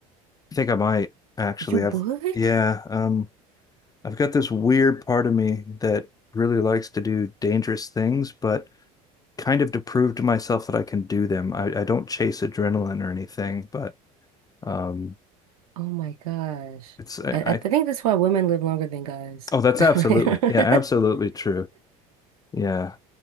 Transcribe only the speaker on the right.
You
would?
Oh my gosh.
I, I
think that's why women live longer than guys.
<laughs>